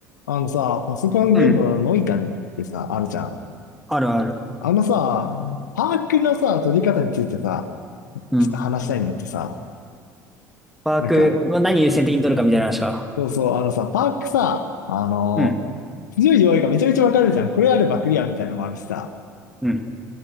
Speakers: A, on the left; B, in the centre.
A: あのさ、パソコンゲームのノイタミってさ、
B: うん、
A: あるじゃん。
B: あるある。
A: あのさ、パークのさ、取り方についてさ、
B: うん。
A: ちょっと話したいんだってさ、
B: ワーク、
A: なんか、
B: まあ、何優先的に取るかみたいな話か。
A: そうそう、あのさ、パークさ、あの、
B: うん、
A: 強い弱いがめちゃめちゃわかるじゃん。これあればクリアみたいなのもあるしさ、
B: うん。